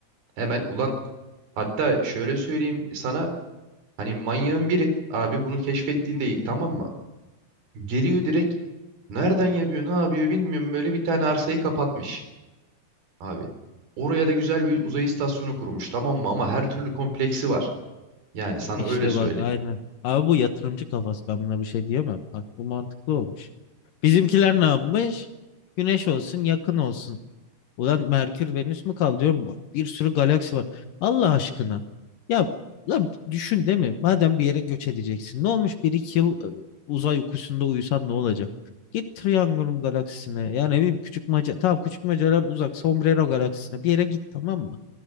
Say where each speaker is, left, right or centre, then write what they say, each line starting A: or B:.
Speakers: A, on the right (about 65°); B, on the left (about 65°).
A: Hemen ulan hatta şöyle söyleyeyim sana hani manyağın biri abi bunu keşfettiğinde ilk tamam mı? Geliyor direkt nereden yapıyor ne yapıyor bilmiyorum böyle bir tane arsayı kapatmış abi. Oraya da güzel bir uzay istasyonu kurmuş tamam mı ama her türlü kompleksi var. Yani sana
B: İşte
A: öyle söyleyeyim.
B: bak aynen. Abi bu yatırımcı kafası ben buna bir şey diyemem. Bak bu mantıklı olmuş. Bizimkiler ne yapmış? Güneş olsun yakın olsun. Ulan Merkür Venüs mü kaldı diyorum. Bak bir sürü galaksi var. Allah aşkına. Ya lan düşün değil mi? Madem bir yere göç edeceksin. Ne olmuş bir iki yıl e, uzay uykusunda uyusan ne olacak? Git Triangulum galaksisine. Yani ne bileyim Küçükmaca. Tamam Küçükmaca'dan uzak. Sombrero galaksisine. Bir yere git tamam mı?